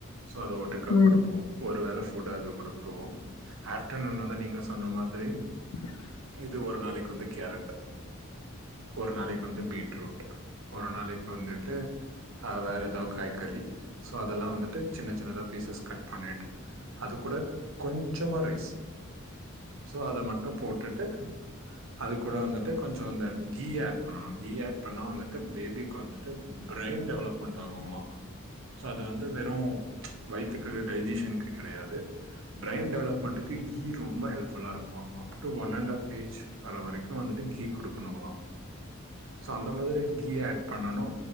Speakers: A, on the right; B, on the left.
A: ஸோ அதை ஓட்டுக்கா
B: ம்.
A: கொடுப்போ ஒரு வேல ஃபுட் அது கொடுத்துருவோ ஆப்டர்நூன் வந்து நீங்க சொன்ன மாதிரி
B: <inaudible>
A: இது ஒரு நாளைக்கு வந்து கேரட் ஒரு நாளைக்கு வந்து பீட்ரூட் ஒரு நாளைக்கு வந்துட்டு ஆ வேற ஏதாவது காய்கறி சோ அதெல்லா வந்துட்டு சின்ன சின்னதா பீசஸ் கட் பண்ணிட்டு அது கூட கொஞ்சமா ரைஸ் சோ அத மட்டு போட்டுட்டு அது கூட வந்துட்டு கொஞ்சோ கீ ஆட் பண்ணணு கீ ஆட் பண்ணா வந்துட்டு பேபிக்கு வந்துட்டு பிர பிரெயின் டெவலப்மெண்ட் ஆகுங்ளா சோ அது வந்து வெறு வயித்துக்கு டைஜிசனுக்கு கெடையாது பிரைன் டெவலப்மெண்டக்கு கீ ரொம்ப ஹெல்ப்ஃபுல்லா இருக்குமா up to one and half age ஆகுற வரைக்கு வந்துட்டு கீ கொடு கணுங்கலா
B: <inaudible>
A: சோ அந்த மாதிரி கீ ஆட் பண்ணணு